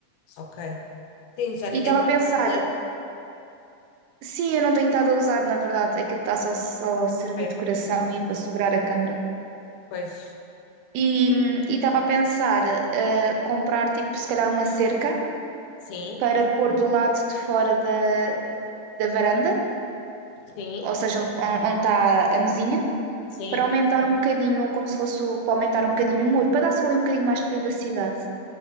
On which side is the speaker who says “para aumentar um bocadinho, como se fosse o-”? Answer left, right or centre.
Right